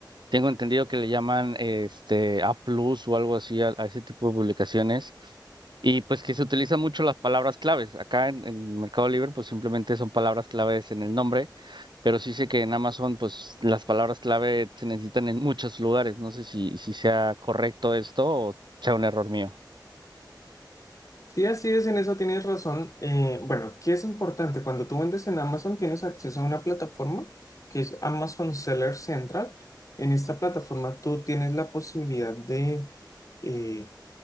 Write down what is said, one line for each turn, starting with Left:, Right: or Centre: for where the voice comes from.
Right: Tengo entendido que le llaman este A plus o algo así a a ese tipo de publicaciones. Y pues que se utilizan mucho las palabras claves. Acá en, en Mercado Libre, pues simplemente son palabras claves en el nombre pero sí sé que en Amazon, pues las palabras clave se necesitan en muchos lugares. No sé si, si sea correcto esto o sea un error mío.
Left: Sí, así es, en eso tienes razón. Eh, bueno, ¿qué es importante? Cuando tú vendes en Amazon, tienes acceso a una plataforma que es Amazon Seller Central. En esta plataforma tú tienes la posibilidad de eh,